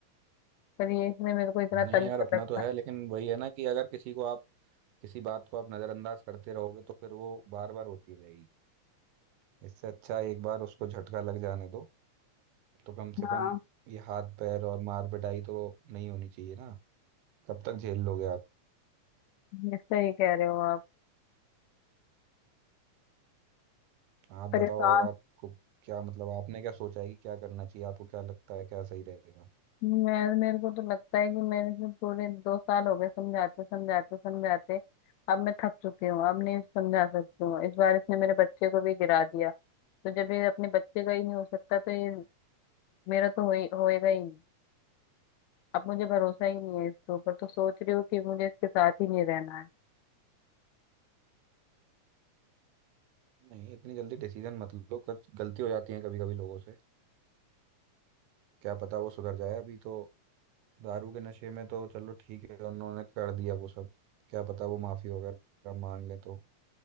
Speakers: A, on the left; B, on the right.
A: पर ये इसने मेरे को इतना
B: नहीं
A: तंग
B: यार
A: कर
B: अपना
A: रखा
B: तो है
A: है।
B: लेकिन वही है ना कि अगर किसी को आप किसी बात को आप नज़रअंदाज करते रहोगे तो फिर वो बार बार होती रहेगी इससे अच्छा एक बार उसको झटका लग जाने दो तो कम से
A: हाँ
B: कम ये हाथ पैर और मार पिटाई तो नहीं होनी चाहिए ना कब तक झेल लोगे आप
A: ये सही कह रहे हो आप
B: आप
A: परेशान
B: बताओ और आपको क्या मतलब आपने क्या सोचा है कि क्या करना चाहिए आपको क्या लगता है क्या सही रहेगा
A: मैं मेरे को तो लगता है कि मेरे से पूरे दो साल हो गए समझाते समझाते समझाते अब मैं थक चुकी हूँ अब नहीं समझा सकती हूँ इस बार इसने मेरे बच्चे को भी गिरा दिया तो जब ये अपने बच्चे का ही नहीं हो सकता तो ये मेरा तो हो ही होएगा ही नहीं अब मुझे भरोसा ही नहीं है इसके ऊपर तो सोच रही हूँ कि मुझे इसके साथ ही नहीं रहना है
B: नहीं इतनी जल्दी डिसीजन मत लो कुछ गलती हो जाती है कभी कभी लोगों से क्या पता वो सुधर जाए अभी तो दारू के नशे में तो चलो ठीक है उन्होंने कर दिया वो सब क्या पता वो माफी वगैरह मांग ले तो